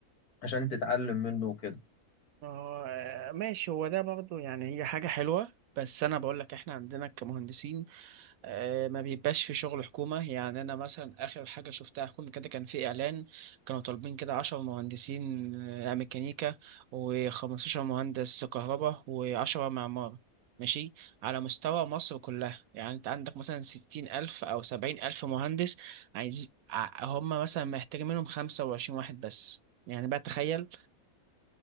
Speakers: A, on the left (about 80°); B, on the right (about 75°).
A: عشان تتعلم منه وكده
B: آه ماشي هو ده برضو يعني هي حاجة حلوة بس أنا بقول لك إحنا عندنا كمهندسين آه، ما بيبقاش في شغل حكومة يعني أنا مثلا آخر حاجة شفتها حكومة كده كان في إعلان كانوا طالبين كده عشر مهندسين آه، ميكانيكا وخمستاشر مهندس كهرباء وعشرة معمار ماشي على مستوى مصر كلها يعني أنت عندك مثلا ستين ألف أو سبعين ألف مهندس عايز ع- هم مثلا محتاجين منهم خمسة وعشرين واحد بس يعني بقى تخيل